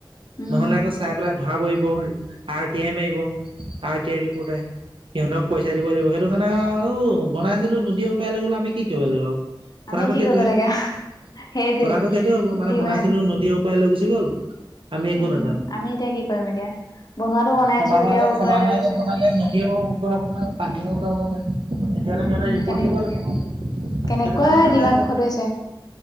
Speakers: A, on the left; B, on the right.
A: উম
B: নহ'লে আকৌ, চাই পেলাই ধৰা পৰিব। আৰ টি এম আহিব। আৰ টি আ ৰি পতে। সিহঁতক পইচা দিব লাগিব। সেইটো কাৰণে আও বনাইছিলো। নদীয়ে উতটাই লৈ গলে আমি কি কৰিব লাগিব। কথাতটো
A: আমি কি
B: সেইটোয়ে।
A: কৰিব লাগে সেইটোৱে
B: কথাতটো সেইটো হ'ব মানে
A: দিমাগ
B: বনাইছিলো নদীওত লৈ গুচি গল, আমি একো
A: উম
B: নাজানো।
A: আমি এতিয়া কি কৰিম এতিয়া বনোৱাটো বনাইছো
B: ছমাহৰ
A: এতিয়া উটুৱাই
B: আ আগত
A: লৈ গৈছে
B: বনালে নদীয়েও উতুৱাব নোৱাৰে পানীও উতুৱাব নোৱাৰে। এতিয়া
A: উম
B: আৰু সিহঁতে ৰিপৰ্ট
A: কেনে
B: দিব লাগিব।
A: কেনেকুৱা
B: সেইটো কাৰণে সিহঁতে,
A: দিমাগ খটুৱাইছে